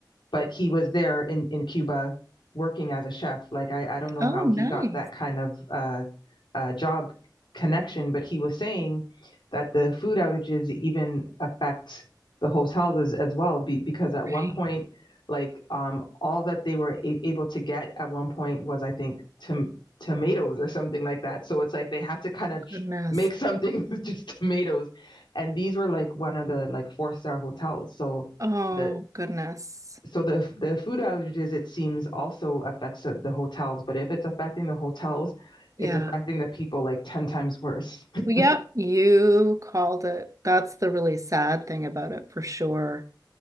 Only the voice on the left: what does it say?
but he was there in, in Cuba working as a chef. Like I, I don't know
how
he got that kind of uh, uh, job connection, but he was saying that the food outages even affect the hotels as, as well, be, because at
one point, like um, all that they were a- able to get at one point was, I think, to tomatoes or something like that. So it's like they had to kind of ch-
make <laughs> something with just tomatoes, and these were like one of the like four star hotels. So
the
so the the food outages, it seems, also affects the, the hotels. But if it's affecting the hotels,
it's affecting the people like 10 times worse. <laughs>